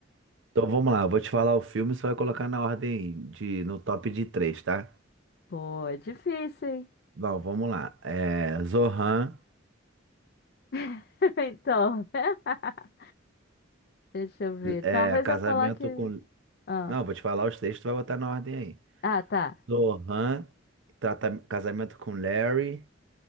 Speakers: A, on the right; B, on the left.
A: Então vamos lá, eu vou te falar o filme, você vai colocar na ordem de, no top de três, tá?
B: Pô, é difícil, hein?
A: Bom, vamos lá. É, Zohan,
B: <laughs> Então, né? <laughs> Deixa eu ver.
A: é,
B: Talvez
A: Casamento
B: eu coloque.
A: com
B: Ah,
A: Não, vou te falar os textos, tu vai botar na ordem aí.
B: ah, tá.
A: Zohan trata... Casamento com Larry